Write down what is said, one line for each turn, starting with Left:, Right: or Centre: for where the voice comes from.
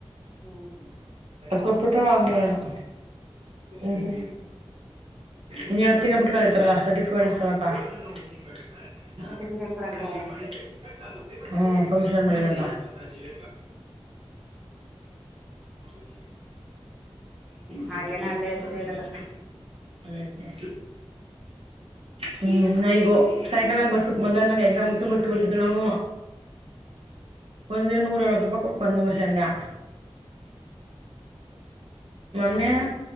Centre: ಹ್ಮ್,
Right: ಕೊಪಿಟ್ಟ ಅಾಂಗನು <unintelligible> ಹ್ಮ್, ಹ್ಮ್ ನೀನ್ ಎರಡ್ ತಿಂಗಳ ಬಿಟ್ಕಳಿ ಇತರ twenty four into seven. ಓಪಿ
Centre: Certificate ಕೊಡಕ
Right: ಈರ ಸೇವ್ ಮಾಡಿ <unintelligible> ಹ್ಮ್, ಫಂಕ್ಷನ್ ಮ <inaudible> ಬಸಚಿ <inaudible> ಸಶ್ಯ <inaudible> ಲ್ಲ <unintelligible>
Centre: ಹಾಗೇನ ಅಲ್ಲೇ ಇರ್ದಿದೆ ಇಲ್ಲ ತಕ
Right: ಹ್ಮ್, ನ ಈಗೋ ಸೈಕಲ್ನಾಗ ಬಸ್ ಮಧಹನಾಗ <unintelligible> ಎಗ್ರ್ ಮುಸ ಬಸ್ ಬಓದಿದ್ರು ನಾವು ಒಂದಿನ ನೂರೈವತ್ತು ರೂಪಾಯಿ ಕೊಟ್ಟು ಬಂದವು ಸ್ಟ್ಯಾಂಡಿಗ. ಮೊನ್ನೆ